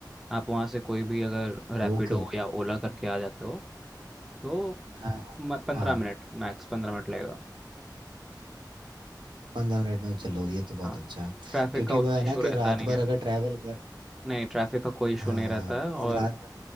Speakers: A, in the centre; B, on the right.
A: आप वहाँ से कोई भी अगर रैपिडो
B: Okay okay
A: या ओला करके आ जाते हो तो
B: हाँ हाँ
A: पंद्रह
B: हाँ
A: मिनट मैक्स पंद्रह मिनट लगेगा
B: पंद्रह मिनट में चलो ये तो बहुत
A: हाँ
B: अच्छा है।
A: ट्रैफिक
B: क्योंकि
A: का उतना
B: वो है ना
A: इशू रहता
B: कि रात
A: नहीं
B: भर
A: है
B: अगर ट्रैवल कर
A: नहीं ट्रैफिक का कोई इशू
B: हाँ
A: नहीं रहता है और
B: रात